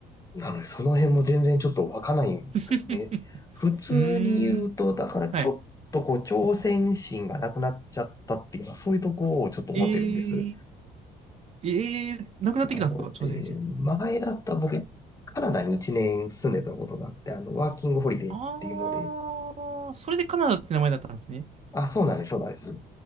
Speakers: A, on the left; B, on the right.
A: なので、その辺も全然ちょっとわかんないんですよね。
B: <laughs>
A: 普通に言うと、
B: うーん、
A: だからちょっとこう、
B: はい。
A: 挑戦心がなくなっちゃったっていうのは、そういうところをちょっと思ってるんです。
B: えー、えー、なくなってきたんですか、
A: なので、
B: 朝鮮人。
A: 前だったら僕、カナダに1年住んでたことがあって、あの、ワーキングホリデーっていうので、
B: ああ、それでカナダって名前だったんですね。
A: あ、そうなんです、そうなんです。